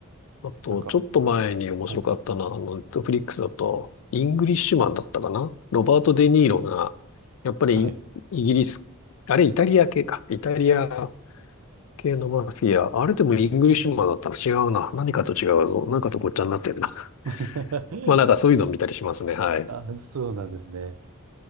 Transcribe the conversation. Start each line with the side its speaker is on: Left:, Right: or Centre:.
Left: あと、
Right: なんか、
Left: ちょっと前に面白かったのは、
Right: はい。
Left: あの、ネットフリックスだと、イングリッシュマンだったかなロバート・デ・ニーロが、やっぱりイ、
Right: はい。
Left: イギリス、あれ、イタリア系か。イタリア系のマフィア。あれでもイングリッシュマンだったら違うな。何かと違うぞ。なんかとごっちゃになってるな。<laughs>
Right: <laughs>
Left: まあなんかそういうの見たりしますね。はい。
Right: あ、そうなんですね。